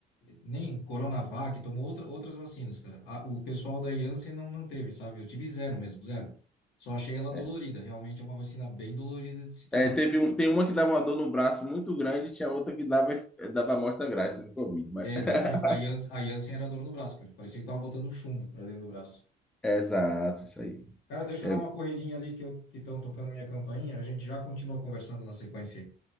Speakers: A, on the left (about 85°); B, in the centre.
A: Nem Coronavac, tomou outra, outras vacinas, cara. A- o pessoal da Janssen não, não teve, sabe? Eu tive zero mesmo, zero. Só achei ela
B: É.
A: dolorida. Realmente é uma vacina bem dolorida de se tomar.
B: É, teve um, tem uma que dava uma dor no braço muito grande, tinha outra que dava, dava amostra grátis no Covid. Mas...
A: É,
B: <laughs>
A: exatamente. A Janssen, a Janssen era dor no braço, cara. Parecia que tava botando chumbo pra dentro do braço.
B: Exato, isso aí.
A: Cara, deixa
B: É
A: eu dar uma corridinha ali que eu, que estão tocando minha campainha. A gente já continua conversando na sequência aí.